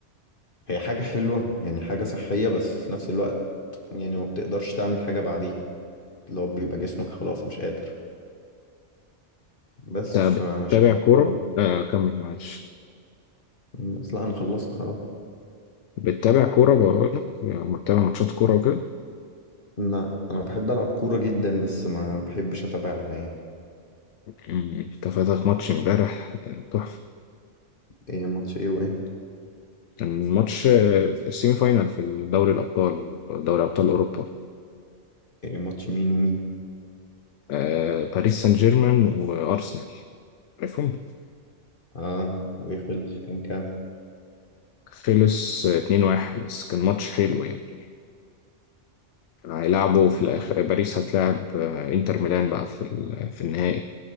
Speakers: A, on the left (about 45°); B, on the left (about 75°).
A: هي حاجة حلوة يعني حاجة صحية بس في نفس الوقت يعني ما بتقدرش تعمل حاجة بعديها اللي هو بيبقى جسمك خلاص مش قادر بس
B: انت
A: فعشان
B: بتتابع كورة
A: كده برضه
B: آه كمل معلش
A: بس لا انا خلصت خلاص
B: بتتابع كورة بقول لك آه، بتتابع ماتشات كورة وكده
A: لا انا بحب العب كورة جدا بس ما بحبش اتابعها يعني
B: مم، انت فاتك ماتش امبارح آه، تحفة
A: ايه ماتش ايه وايه
B: كان ماتش آه، السيمي فاينال في دوري الأبطال دوري أبطال أوروبا
A: ايه ماتش مين ومين
B: آه باريس سان جيرمان وأرسنال عارفهم
A: اه وايه خلص كام كام
B: خلص 2-1 بس كان ماتش حلو يعني هيلعبوا
A: لا
B: في الآخر باريس هتلاعب آه، انتر ميلان بقى في ال- في النهائي